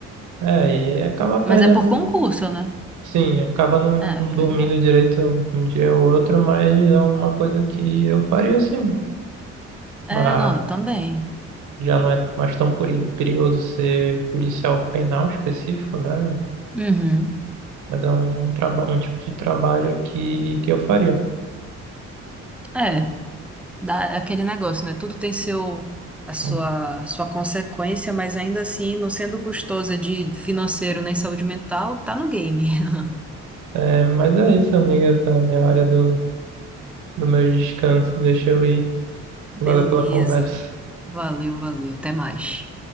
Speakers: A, on the right; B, in the centre.
A: É, e acaba perdendo,
B: Mas é por concurso, né?
A: sim, acaba não,
B: É,
A: não
B: pois
A: dormindo
B: é.
A: direito um dia ou outro, mas é uma coisa que eu faria, sim.
B: É,
A: mas
B: não, também.
A: já não é mais tão peri- perigoso ser policial penal específico, né?
B: Uhum.
A: Mas é um, traba um tipo de trabalho que, que eu faria.
B: É, dá é aquele negócio, né? Tudo tem seu, a sua,
A: Então,
B: sua consequência, mas ainda assim, não sendo custosa de financeiro nem saúde mental, tá no game. <laughs>
A: É, mas é isso, amiga, tá na minha hora do, do meu descanso. Deixa eu ir.
B: Beleza.
A: Valeu pela conversa.
B: Valeu, valeu. Até mais.